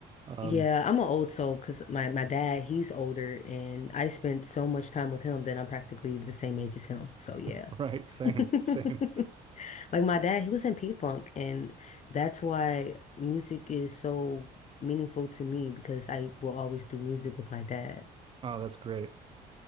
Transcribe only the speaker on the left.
Yeah, I'm an old soul because my, my dad, he's older and I spent so much time with him that I'm practically the same age as him. So yeah.
<laughs>
Like my dad, he was in P-Funk, and that's why music is so meaningful to me because I will always do music with my dad.